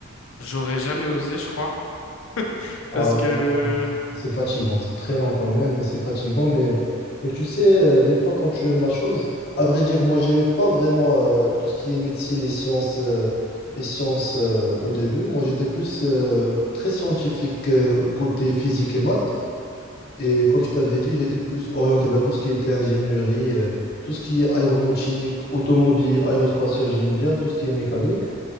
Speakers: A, on the left; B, on the left.
A: j'aurais jamais osé, je crois.
B: Ah
A: Parce que,
B: ouais, ah, c'est fatigant, c'est très lent quand même, mais c'est fatigant. Mais, mais tu sais, euh, des fois, quand tu aimes la chose, à vrai dire, moi, j'aimais pas vraiment euh, tout ce qui est médecine et sciences, euh, et sciences euh, au début. Moi, j'étais plus euh, très scientifique euh, côté physique et maths. Et comme je t'avais dit, j'étais plus orienté vers tout ce qui était ingénierie, euh, tout ce qui est aéronautique, automobile, aérospatiale, j'aime bien, tout ce qui est mécanique.